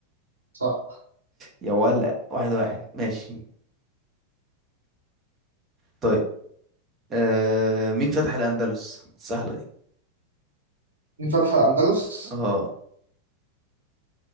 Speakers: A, on the right; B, on the right.
A: صح
B: يا ولا واحد واحد ماشي طيب آه... مين فتح الاندلس سهلة دي
A: مين فتح الأندلس
B: اه